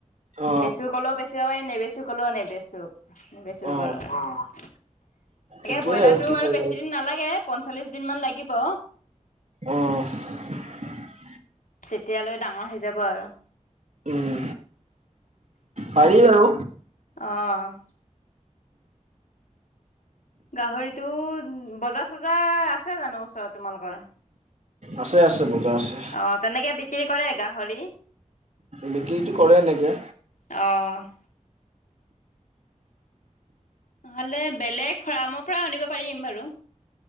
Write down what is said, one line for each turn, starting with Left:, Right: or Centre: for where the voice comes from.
Right: অ
Left: বেচো ক'লেও বেচিব পাৰিম নেবেচো কলেও নেবেচি বেচিব
Right: অ
Left: পাৰো আৰু, তাকে
Right: এইটোয়ে
Left: ব্ৰইলাৰটো
Right: কি কৰো
Left: আৰু বেছি দিন নালাগে। পঞ্চল্লিছ দিনমান লাগিব।
Right: অ'।
Left: তেতিয়ালৈ ডাঙৰ হৈ যাব আৰু।
Right: উম, পাৰি বাৰু।
Left: অ'। গাহৰিটো বজাৰ চজাৰ আছে জানো ওচৰত তোমালোকৰ?
Right: আছে আছে বজাৰ আছে।
Left: অ', তেনেকে বিক্ৰী কৰে গাহৰি?
Right: বিক্ৰীটো কৰে এনেকে
Left: অ'। নহ'লে বেলেগ ফাৰ্মৰ পৰা আনিব পাৰিম বাৰু।